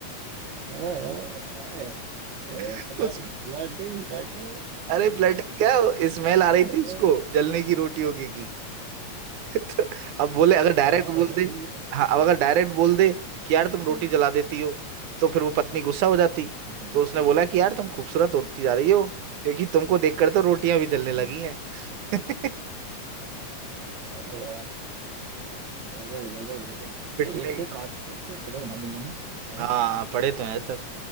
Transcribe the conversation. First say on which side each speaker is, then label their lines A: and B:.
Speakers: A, on the right; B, on the right.
A: हम्म।
B: <laughs>
A: फ्लर्ट
B: उसको
A: Flirting flirting
B: अरे फ्लर्टिंग क्या स्मेल आ
A: <laughs>
B: रही थी उसको जलने की रोटियों की की <laughs> तो अब बोले अगर डायरेक्ट
A: हाँ
B: बोल
A: नहीं
B: दे
A: मतलब वो
B: हाँ अब अगर डायरेक्ट बोल दे कि यार तुम
A: हम्म
B: रोटी जला देती हो तो फिर वो पत्नी गुस्सा हो जाती
A: हम्म
B: तो उसने बोला कि यार तुम खूबसूरत होती जा रही हो क्योंकि तुमको देखकर तो रोटियां भी जलने
A: हम्म,
B: लगी हैं <laughs>
A: अरे वाह अरे वाह गजब गजब गजब
B: पिटने
A: भाई एक
B: के
A: से एक
B: काम
A: काट एक से एक पड़े हैं ना दुनिया में है ना
B: हाँ पढ़े तो हैं सर